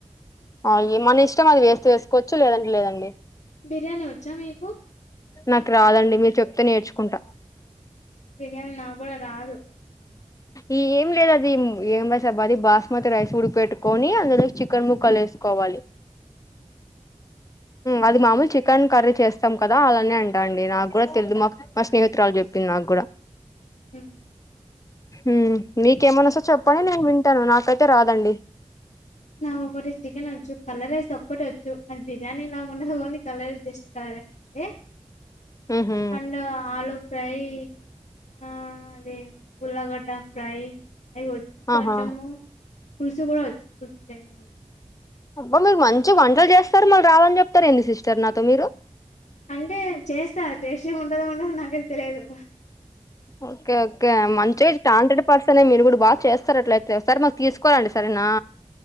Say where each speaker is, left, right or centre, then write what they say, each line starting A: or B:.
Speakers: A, on the left; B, on the left.
A: అ మన ఇష్టం అది వేస్తే వేసుకోవచ్చు లేదంటే లేదండి
B: బిర్యానీ వచ్చా మీకు
A: నాకు రాదండి మీరు చెప్తే నేర్చుకుంటా
B: బిర్యానీ నకూడా రాదు
A: ఈ ఏం లేదు అది ఏం రైస్ అబ్బా అది బాస్మతి రైస్ ఉడిక పెట్టుకొని అందులో చికెన్ ముక్కలు వేసుకోవాలి
B: హ
A: అది మామూలు చికెన్ కర్రీ చేస్తాం కదా అలానే అంటా అండి నాకు కూడా తెలీదు మాకు మా స్నేహితురాలు చెప్పింది నాకు కూడా
B: మ్
A: మ్ మీకేమన్నా వస్తే చెప్పండి నేను వింటాను. నాకైతే రాదండి.
B: నాకి ఒకటి చికెన్ వచ్చు. కలర్ రైస్ ఒక్కటి వచ్చు అది బిర్యానీలాగ ఉండదు. Only colour rice just colour rice ఒకటే
A: ఉహు
B: అండ్ ఆలు ఫ్రై ఆ అది ఉల్లగడ్డ ఫ్రై అయివచ్చు కొంచెము
A: ఆహా
B: పులుసు కూడా వచ్చు పులుసు చేయడం కూడా
A: అబ్బా మీరు మంచి వంటలు చేస్తారు మళ్ళ రావని చెప్తారు ఏంది సిస్టర్ నాతో మీరు?
B: అంటే చేస్తా టేస్టీగా ఉంటదో ఉండదో నాకైతే తెలియదు.
A: ఓకే ఓకే మంచిగా అయితే టాంటెడ్ పర్స తేనెం మీరు కూడా బా చేస్తారు అట్లయితే ఒసారి మాకు తీసుకోరండి సరేనా?